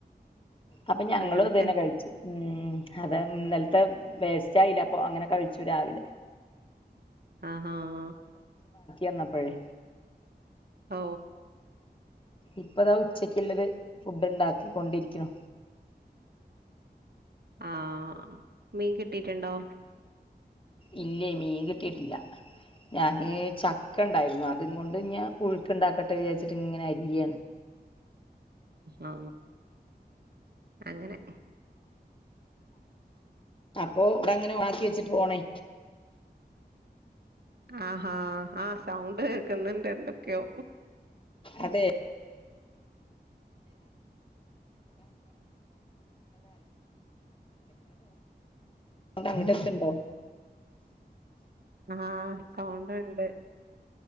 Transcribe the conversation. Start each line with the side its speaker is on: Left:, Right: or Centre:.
Left: അപ്പൊ ഞങ്ങളും
Right: അങ്ങനെ
Left: ഇത് തന്നെ കഴിച്ചു ഉം അത് ഇന്നലത്തെ വേസ്റ്റ് ആയില്ല അപ്പൊ അങ്ങനെ കഴിച്ചു രാവിലെ
Right: ആഹ ആ
Left: എന്നപ്പഴേ
Right: ഓ
Left: ഇപ്പതാ ഉച്ചക്കുള്ളത് ഫുഡ് ഉണ്ടാക്കൊണ്ടിരിക്കുണു
Right: ആ മീൻ കിട്ടിട്ടുണ്ടോ
Left: ഇല്ലേ മീൻ കിട്ടീട്ടില്ല ഞാന് ചക്ക ഇണ്ടായിരുന്നു അതും കൊണ്ട് ഞ പുഴുക്ക്ണ്ടാക്കട്ടെ വിചാരിച്ചിട്ട് ഇങ്ങനെ അരിയാണ്
Right: ആ അങ്ങനെ
Left: അപ്പോ ഇവിടെ ങ്ങനെ ഓണാക്കി വെച്ചിട്ട് ഫോണേ
Right: ആഹാ ആ സൗണ്ട് കേക്കുന്നുണ്ട് എന്തൊക്കെയോ
Left: അതെ <inaudible> <inaudible> അങ്ങിട്ട് കേക്കുണ്ടോ
Right: ആ സൗണ്ട് ണ്ട്